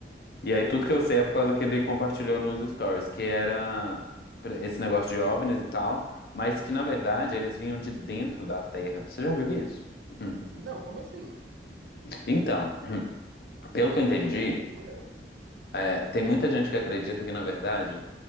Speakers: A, on the left; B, on the right.
A: E aí tudo que eu sei é por causa que ele compartilhou nos stories, que era pre- esse negócio de OVNIs e tal, mas que na verdade eles vinham de dentro da Terra. Você já viu isso? Hum.
B: Não, como assim?
A: Então, pelo que eu entendi,
B: Gente, que loucura.
A: é, tem muita gente que acredita que na verdade.